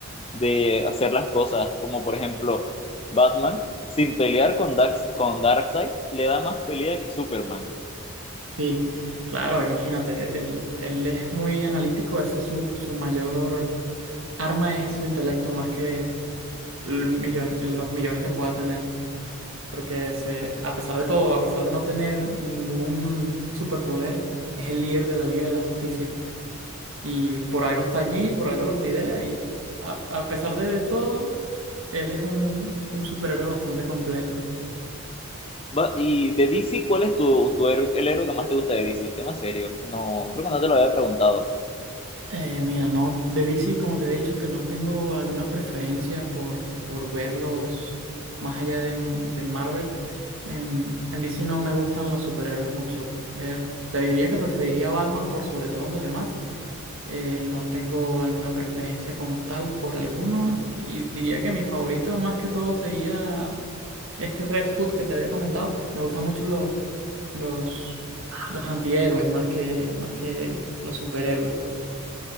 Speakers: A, on the left; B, on the right.
A: de hacer las cosas. Como por ejemplo, Batman, sin pelear con Dax, con Darkseid, le da más pelea que Superman.
B: Sí, claro, imagínate, él, él es muy analítico, ese es su, su mayor arma es su intelecto más que el millón- los millones que pueda tener. porque se, a pesar de todo, a pesar de no tener ningún superpoder, es el líder de la Liga de la Justicia y por algo está allí, por algo los lidera y a, a pesar de, de todo, él es un, un superhéroe bastante completo.
A: Va- Y de DC, ¿cuál es tu, tu héroe, el héroe que más te gusta de DC? Tema serio. No, creo que no te lo había preguntado.
B: Eh, mira, no, de DC, como te he dicho, que no tengo alguna preferencia por, por verlos más allá de, de Marvel. En, en DC no me gustan los superhéroes mucho. Eh, te diría que preferiría Batman por sobre todos los demás, Eh, no tengo alguna preferencia como tal por alguno y diría que mi favorito más que todo sería este Red Hood que te había comentado. Me gustan mucho los, los, los antihéroes más que, más que los superhéroes.